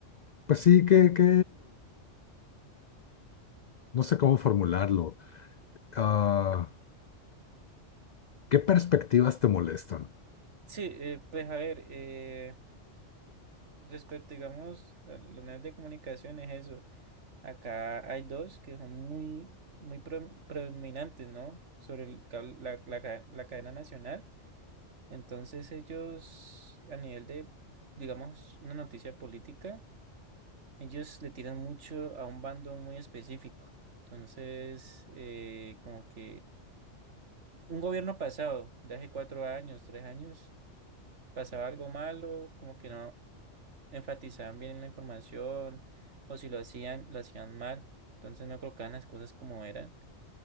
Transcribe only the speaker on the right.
Sí, eh, pues a ver, eh, respecto, digamos, a los medios de comunicación es eso. Acá hay dos que son muy, muy pre- predominantes, ¿no? Sobre el cable- la, la ca- la cadena nacional. Entonces ellos, a nivel de, digamos, una noticia política, ellos le tiran mucho a un bando muy específico. Entonces, eh, como que un gobierno pasado, de hace cuatro años, tres años, pasaba algo malo, como que no. enfatizaban bien en la información o si lo hacían, lo hacían mal, entonces no colocaban las cosas como eran.